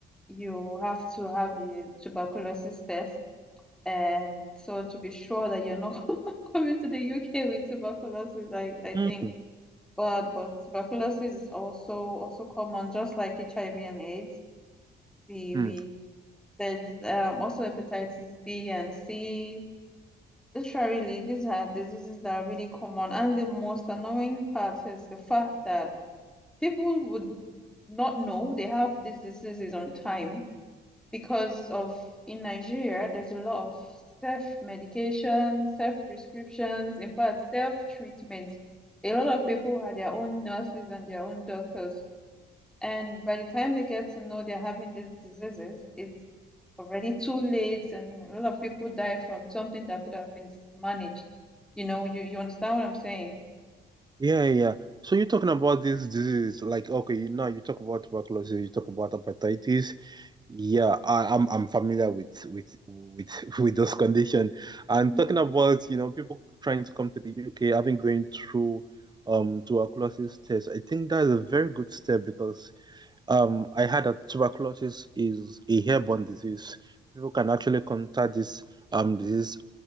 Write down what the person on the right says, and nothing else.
Mm.
Mm.
Yeah, yeah. So you're talking about this disease, like okay, you- now you talk about tuberculosis, you talk about hepatitis. Yeah, I, I'm I'm familiar with with with <laughs> with those condition. And
talking about, you know, people trying to come to the UK, having going through um tuberculosis test, I think that's a very good step because um I heard that tuberculosis is a airborne disease. People can actually contact this um disease